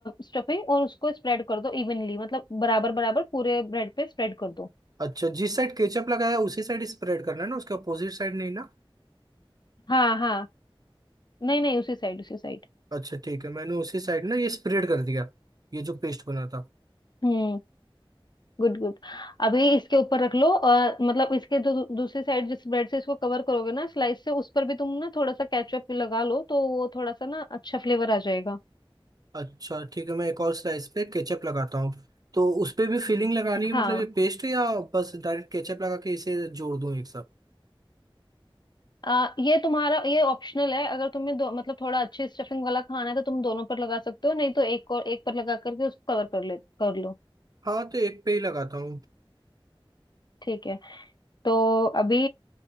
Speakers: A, on the left; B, on the right.
A: स्टफिंग और उसको स्प्रेड कर दो इवनली मतलब बराबर बराबर पूरे ब्रेड पे स्प्रेड कर दो
B: अच्छा जिस साइड केचप लगाया उसी साइड स्प्रेड करना है ना उसके अपोजिट साइड नहीं ना
A: हाँ हाँ नहीं नहीं उसी साइड उसी साइड
B: अच्छा ठीक है मैंने उसी साइड ना ये स्प्रेड कर दिया ये जो पेस्ट बना था
A: हम्म। Good good अभी इसके ऊपर रख लो और मतलब इसके जो दू- दूसरी साइड जिस ब्रेड से इसको कवर करोगे ना स्लाइस से उस पर भी तुम ना थोड़ा सा केचप लगा लो तो वो थोड़ा सा ना अच्छा फ्लेवर आ जाएगा
B: अच्छा ठीक है मैं एक और स्लाइस पे केचप लगाता हूँ तो उस पे भी फिलिंग लगानी है मतलब
A: हाँ
B: ये पेस्ट है या बस डायरेक्ट केचप लगा के इसे जोड़ दूं एक साथ
A: आ, ये तुम्हारा ये ऑप्शनल है अगर तुम्हें दो मतलब थोड़ा अच्छे स्टफिंग वाला खाना है तो तुम दोनों पर लगा सकते हो नहीं तो एक और एक पर लगा करके उसको कवर कर ले कर लो
B: हाँ तो एक पे ही लगाता हूँ
A: ठीक है तो अभी